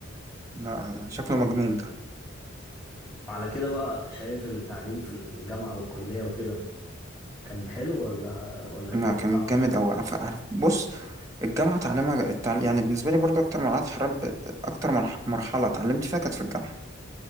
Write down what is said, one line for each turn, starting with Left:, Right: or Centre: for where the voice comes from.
Right: لا شكله مجنون ده
Left: على كده بقى شايف التعليم في الجامعة والكلية وكده كان حلو ولا ولا الدنيا
Right: لا كان
Left: صعبة
Right: جامد
Left: أو كده؟
Right: أوي عارف عارف- بص الجامعة تعليمها التعليم يعني بالنسبة لي برضو أكتر مرحلة حرم... أكتر مرح- مرحلة اتعلمت فيها كانت في الجامعة